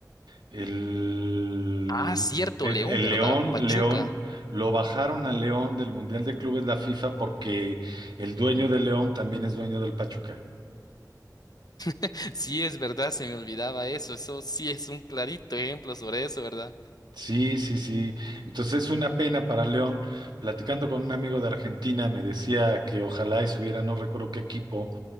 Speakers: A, on the right; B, on the left.
A: el,
B: Ah, cierto,
A: el,
B: León,
A: el
B: ¿verdad?
A: León,
B: Pachuca.
A: León, lo bajaron al León del Mundial de Clubes la FIFA porque el dueño del León también es dueño del Pachuca.
B: <laughs> Sí, es verdad, se me olvidaba eso. Eso sí es un clarito ejemplo sobre eso, ¿verdad?
A: Sí, sí, sí. Entonces es una pena para León. Platicando con un amigo de Argentina, me decía que ojalá y subiera, no recuerdo qué equipo,